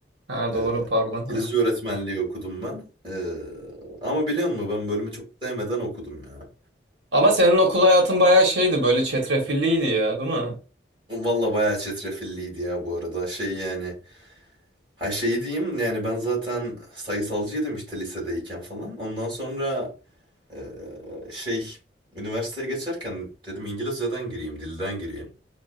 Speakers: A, on the right; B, on the right.
A: Ha
B: Ee,
A: doğru pardon.
B: İngilizce öğretmenliği okudum ben. Ee, ama biliyor musun ben bölümü çok sevmeden okudum ya.
A: <laughs> Ama senin okul hayatın bayağı şeydi böyle çetrefilliydi ya değil mi?
B: Valla bayağı çetrefilliydi ya bu arada. Şey yani. Ha şeyi diyeyim yani ben zaten sayısalcıydım işte lisedeyken falan. Ondan sonra ee, şey üniversiteye geçerken dedim İngilizceden gireyim, dilden gireyim.